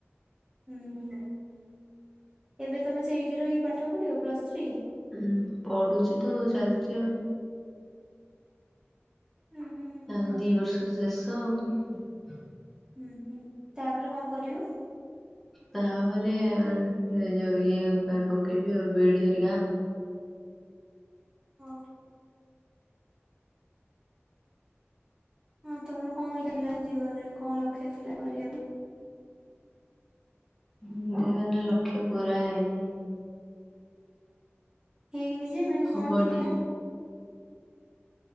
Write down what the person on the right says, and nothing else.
ହୁଁ ଏବେ ତମେ ସେଇଠି ରହି ପାଠ ପଢିବ? Plus three.
ହୁଁ ହୁଁ
ହୁଁ, ହୁଁ। ତାପରେ କଣ କରିବ?
ଓ ହଁ ତମର କଣ ଥିଲା ଜୀବନ ରେ? କଣ ଲକ୍ଷ୍ୟ ଥିଲା କରିବା ପାଇଁ?
ହେଇନି ଯେ, ମାନେ
କଣ ଥିଲା